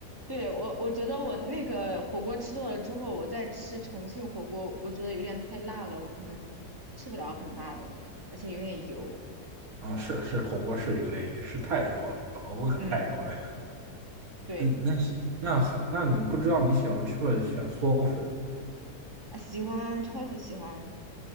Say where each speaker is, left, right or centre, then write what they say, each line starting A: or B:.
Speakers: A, on the right (about 25°); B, on the right (about 60°).
A: 对，我我觉得我那个火锅吃多了之后，我再吃重庆火锅，我觉得有点太辣了，我可能吃不了很辣的了，而且有点油。
B: 啊，是是，火锅是有点也是太油了，火锅可太油了。
A: 嗯，对
B: 嗯，那那很，那你不知道你喜欢吃不喜欢嗦粉，
A: 啊，喜欢，超级喜欢。